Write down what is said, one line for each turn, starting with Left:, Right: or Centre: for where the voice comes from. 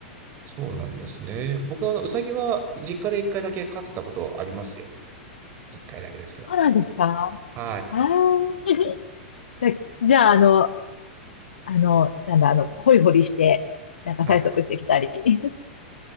Right: そうなんですね。僕は、あのうさぎは、実家で一回だけ飼ってたことありますよ。一回だけですけど。
Left: そうなんですか
Right: はい。
Left: ああーじゃ、じゃあ、あの、あの、なんだ、あの、ホイホリして、なんか催促してきたり、
Right: はい。
Left: <laughs>